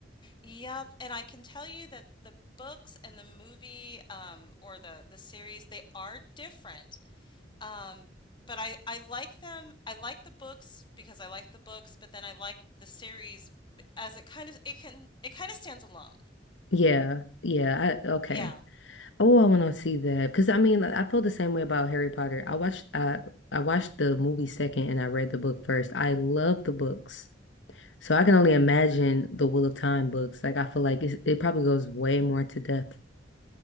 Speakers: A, on the left (about 25°); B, on the left (about 75°).
A: Yep, and I can tell you that the books and the movie um or the the series they are different. Um but I I like them. I like the books because I like the books, but then I like the series as it kind of it can it kind of stands alone.
B: Yeah. Yeah. I okay.
A: Yeah.
B: Oh, I want to see that. Because I mean, I feel the same way about Harry Potter. I watched I I watched the movie second and I read the book first. I love the books. So I can only imagine the Wheel of Time books. Like I feel like it's, it probably goes way more to depth.